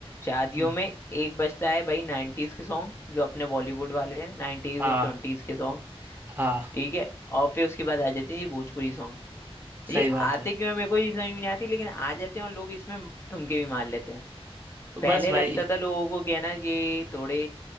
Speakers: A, on the left (about 25°); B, on the right (about 20°).
A: शादियों
B: हम्म,
A: में एक बजता है भाई नाइन्टीज के सॉन्ग जो अपने बॉलीवुड वाले हैं नाइन्टीज
B: हाँ
A: और ट्वेंटीज के सॉन्ग
B: हाँ
A: ठीक है और फिर उसके बाद आ जाते हैं ये भोजपुरी सॉन्ग ये
B: सही बात
A: आते
B: है
A: क्यों है मेरे को ये समझ में नहीं आती लेकिन आ जाते हैं और लोग इसमें ठुमके भी मार लेते हैं पहले
B: बस भाई
A: लगता था लोगों को क्या ना ये थोड़े